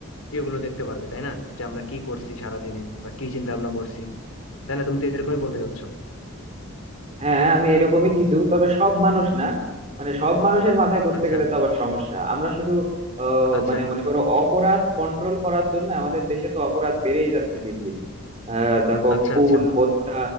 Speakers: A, on the left; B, on the right.
A: ইয়েগুলো দেখতে পারবে তাই না যে আমরা কি করছি সারা দিনে বা কি চিন্তা ভাবনা করছি তাই না তুমি তো এরকমই বলতে চাচ্ছ
B: হ্যাঁ আমি এরকমই কিছু তবে সব মানুষ না মানে সব মানুষের মাথায় করতে
A: আচ্ছা
B: গেলে তো আবার সমস্যা আমরা শুধু আহ,
A: আচ্ছা
B: মানে মনে করো অপরাধ কন্ট্রোল করার জন্য আমাদের দেশে তো অপরাধ বেড়েই যাচ্ছে দিন দিন আহ, দেখো
A: আচ্ছা
B: খুন
A: আচ্ছা
B: হত্যা